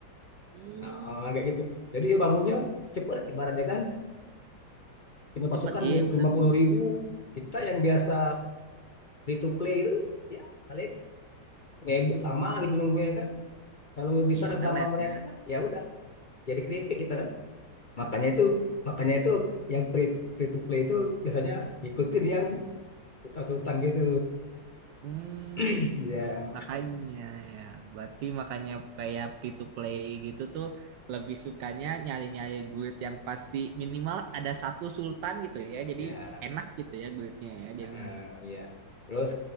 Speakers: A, on the right (about 75°); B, on the left (about 55°).
A: Hmm,
B: nah, kayak gitu jadi ya bangunnya cepet ibaratnya kan punya
A: cepet
B: pasukan
A: iya benar-benar
B: lima puluh ribu kita yang biasa free to play itu ya paling seribu lama gitu nunggunya kan kalau diserang
A: iya lelet
B: sama mereka
A: ya
B: ya udah jadi keripik kita kan makanya itu makanya itu yang free, free to play itu biasanya ikutin yang sultan-sultan gitu
A: Hmm,
B: <laughs> ya
A: makanya ya, berarti makanya kayak free to play gitu tuh lebih sukanya nyari-nyari guild yang pasti minimal ada satu sultan gitu ya. Jadi
B: ya
A: enak gitu ya guildnya ya. Jadi
B: eh,
A: minimal satu.
B: ya terus